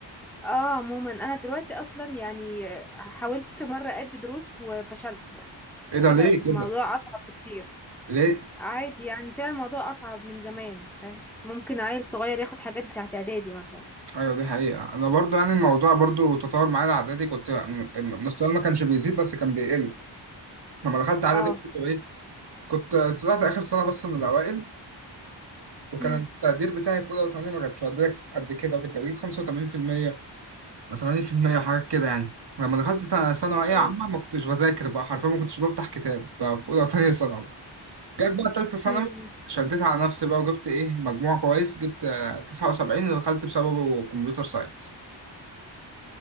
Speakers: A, in the centre; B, on the right.
A: اه عموما انا دلوقتي اصلا يعني حاولت مره ادي دروس وفشلت يعني
B: ايه ده
A: طلع
B: ليه
A: الموضوع
B: كده
A: اصعب بكتير
B: ليه
A: عادي يعني طلع الموضوع اصعب من زمان فاهم ممكن عيل صغير ياخد حاجات بتاعت اعدادي مثلا
B: ايوه دي حقيقه انا برضو يعني الموضوع برضو تطور معايا اعدادي كنت م- م- مستواي ما كانش بيزيد بس كان بيقل لما دخلت اعدادي
A: اه
B: كنت ايه كنت طلعت اخر سنه بس من الاوائل وكان
A: امم
B: التقدير بتاعي في اولى وثانيه ما كانش قد قد كده وكنت بجيب 85% و80% وحاجات كده يعني لما دخلت تا- ثانويه
A: ايوه
B: عامه ما كنتش بذاكر بقى حرفيا ما كنتش بفتح كتاب بقى في اولى وثانيه ثانوي. جت بقى تالتة ثانوي
A: امم
B: شديت على نفسي بقى وجبت ايه مجموع كويس جبت آه، 79 ودخلت بسببه كمبيوتر ساينس